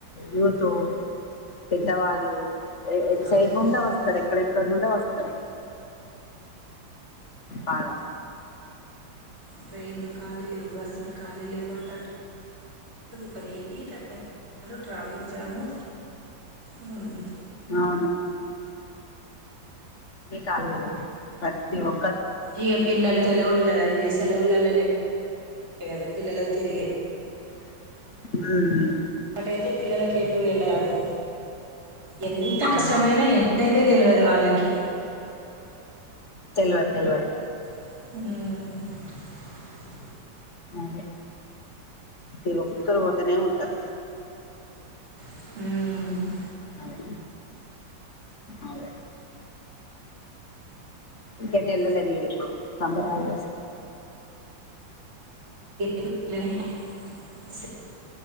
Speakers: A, on the left; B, on the right.
A: యూత్ పెద్దవాళ్ళు. సైడ్
B: అవునండి
A: నుండే వస్తారు ఎక్కడెక్కడ నుండే వస్తారు సరే బాగా
B: ట్రైన్లు ఖాళీ లేవు బస్సులు ఖాళీ లేవు అట విపరీతమైన ట్రాఫిక్ జాము హ్మ్మ్
A: అవును కాలు ప్రతి ఒ
B: ఇక పిల్లలు సెలవులు కదండి సెలవులలోనే కదా పిల్లలు తిరిగే
A: ఆ ఆ ఆ
B: వాటైతే పిల్లలకేటు వెళ్ళదు ఎంత
A: అవునవునవును
B: కష్టమైన ఎండనే తెలియదు వాళ్ళకి
A: తెల్వ తెల్వది
B: హ్మ్మ్
A: అదే ఈ ఒక్కరు పోతేనే ఉంటారు
B: హ్మ్మ్
A: అదే అదే కట ఏల్లలే మీరు ఎప్పుడూ సమ్మర్ హాలిడేస్
B: <inaudible>